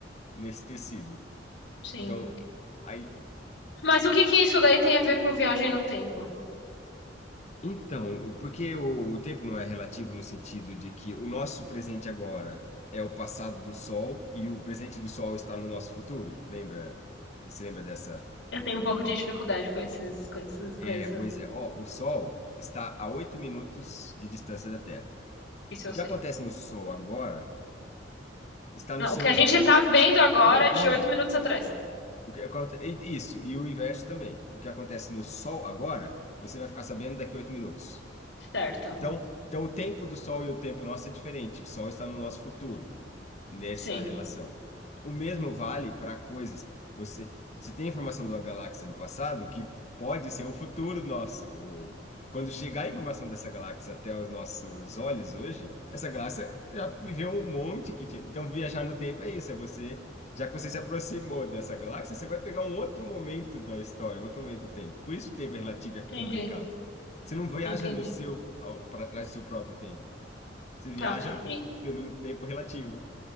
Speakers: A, on the left; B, on the left.
A: nesse tecido.
B: sim.
A: Então, aí.
B: Mas o que que isso daí tem a ver com viagem no tempo?
A: Então, porque o, o tempo não é relativo no sentido de que o nosso presente agora é o passado do Sol e o presente do Sol está no nosso futuro. Lembra? Você se lembra dessa?
B: Eu tenho um pouco de dificuldade com esses, com esses, com
A: É,
B: esses.
A: pois é. Ó, o Sol está a 8 minutos de distância da Terra.
B: Isso
A: O
B: eu sei.
A: que acontece no Sol agora está
B: Não,
A: no seu.
B: o que a gente tá vendo agora
A: Não, não,
B: é
A: não,
B: de
A: não.
B: oito minutos atrás.
A: não. O que aconte- e- Isso, e o inverso também. O que acontece no Sol agora, você vai ficar sabendo daqui a oito minutos.
B: Certo.
A: Então, então, o tempo do Sol e o tempo nosso é diferente. O Sol está no nosso futuro nessa
B: Sim.
A: relação. O mesmo vale para coisas. Você, você tem informação de uma galáxia do passado que pode ser o futuro nosso. O- Quando chegar a informação dessa galáxia até os nossos olhos hoje, essa galáxia já viveu um monte que tinha. Então, viajar no tempo é isso, é você. Já que você se aproximou dessa galáxia, você vai pegar um outro momento da história, outro momento do tempo. Por isso o tempo é relativo e é
B: Entendi,
A: complicado. Você não viaja
B: entendi.
A: no seu, ao- para trás do seu próprio tempo. Você viaja
B: Tá. E
A: pelo tempo relativo.